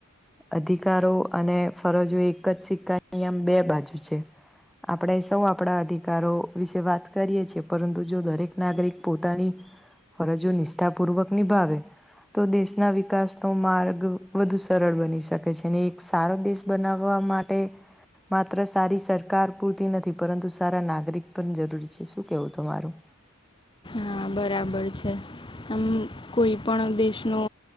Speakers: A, in the centre; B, on the left.
A: અધિકારો અને ફરજો એક જ સિક્કા અહીં આમ બે બાજુ છે. આપણે સૌ આપણા અધિકારો વિશે વાત કરીએ છીએ, પરંતુ જો દરેક નાગરિક પોતાની. ફરજો નિષ્ઠાપૂર્વક નિભાવે. તો દેશના વિકાસનો માર્ગ વધુ સરળ બની શકે છે, અને એક સારો દેશ બનાવવા માટે. તે, માત્ર સારી સરકાર પૂરતી નથી, પરંતુ સારા નાગરિક પણ જરૂરી છે, શું કહેવું તમારું.
B: હા બરાબર છે, આમ કોઈ પણ દેશનો